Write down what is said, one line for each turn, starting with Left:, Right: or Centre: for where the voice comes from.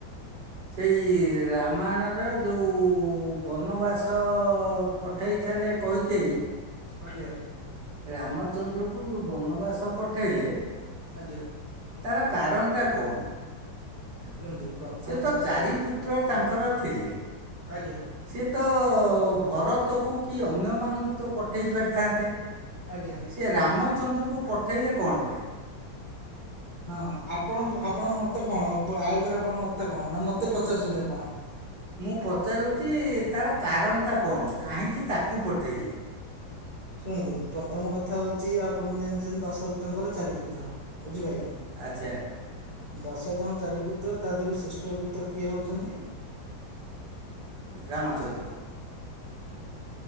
Right: ସେଇ ରାମାୟଣର ଯେଉଁ ବନବାସ ପଠାଇଥିଲେ କୈକେୟୀ।
Left: ଆଜ୍ଞା
Right: ରାମଚନ୍ଦ୍ରକୁ ଯୋଉ ବନବାସ ପଠେଇଲେ।
Left: ଆଜ୍ଞା
Right: ତାର କାରଣଟା କଣ
Left: ଶୁଣନ୍ତୁ। ପ୍ରଥମ
Right: ସେ ତ
Left: କଥା
Right: ଚାରି
Left: ହେଲା
Right: ପୁତ୍ର ତାଙ୍କର ଥିଲେ।
Left: ଆଜ୍ଞା।
Right: ସି ତ ଭରତକୁ କି ଅନ୍ୟମାନଙ୍କୁ ତ ପ। ପଠେଇ ପାରିଥାନ୍ତେ
Left: ଆଜ୍ଞା
Right: ସେ ରାମଚନ୍ଦ୍ରକୁ ପଠେଇଲେ କଣ ପାଇଁ?
Left: ହଁ ଆପଣ ଆପଣଙ୍କ ମତ କଣ ଆ ଉପରେ ଆପଣ ମତ କଣ ନା ମତେ ପଚାରୁଛନ୍ତି ଆପଣ?
Right: ମୁଁ ପଚାରୁଛି ତାର କାରଣଟା କଣ କାହିଁକି ତାକୁ ପଠେଇଲେ?
Left: ଶୁଣନ୍ତୁ ପ୍ରଥମ କଥା ହଉଛି ଆପଣ ବି ଜାଣିଛନ୍ତି ଦଶରଥଙ୍କର ଚାରିପୁତ୍ର ବୁଝିପାରିଲେ।
Right: ଆଚ୍ଛା
Left: ଦଶ ତମ ଚାରିପୁତ୍ର ତାଦିହରୁ ଶ୍ରେଷ୍ଠ ପୁତ୍ର କିଏ ହଉଛନ୍ତି।
Right: ରାମଚନ୍ଦ୍ର। ହ।